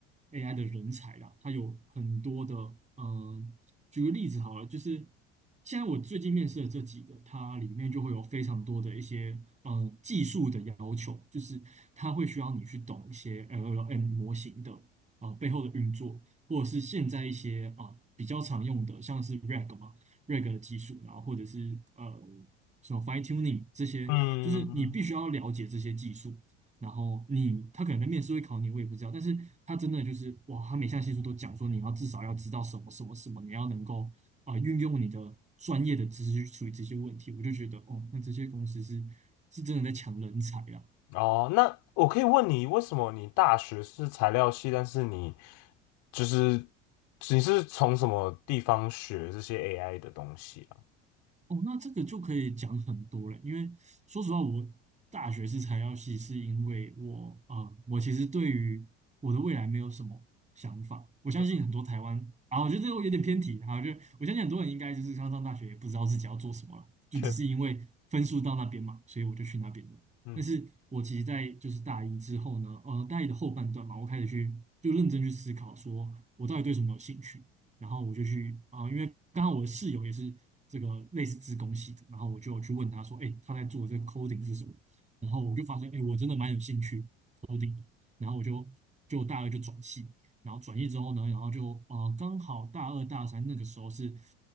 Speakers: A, on the right; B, on the left.
A: AI 的人才啦，它有很多的嗯、呃举个例子好了，就是现在我最近面试的这几个，它里面就会有非常多的一些呃技术的要求，就是它会需要你去懂一些 LLM 模型的啊、呃背后的运作，或者是现在一些啊、比较常用的像是 RAG 嘛。瑞格的技术，然后或者是呃什么 fine tuning 这些，
B: 嗯。
A: 就是你必须要了解这些技术。然后你他可能在面试会考你，我也不知道，但是他真的就是哇，他每项技术都讲说你要至少要知道什么什么什么，你要能够啊、呃运用你的专业的知识去处理这些问题，我就觉得哦，那这些公司是是真的在抢人才啦。
B: 哦，那我可以问你，为什么你大学是材料系，但是你就是你是从什么地方学这些 AI 的东西啊？
A: 哦，那这个就可以讲很多了，因为说实话，我大学是材料系，是因为我啊、呃我其实对于我的未来没有什么想法。我相信很多台湾啊，
B: 嗯，
A: 我觉得这个有点偏题，啊，我觉得我相信很多人应该就是刚上大学也不知道自己要做什么了，就只是因为分数到那边嘛，
B: 确，
A: 所以我就去那边了。
B: 嗯，
A: 但是我其实，在就是大一之后呢，呃，大一的后半段嘛，我开始去就认真去思考，说我到底对什么有兴趣。然后我就去啊、呃因为刚好我的室友也是这个类似自工系的，然后我就去问他说，哎、欸他在做的这个 coding 是什么？然后我就发现，哎、欸我真的蛮有兴趣 coding 的然后我就就大二就转系，然后转系之后呢，然后就呃刚好大二大三那个时候是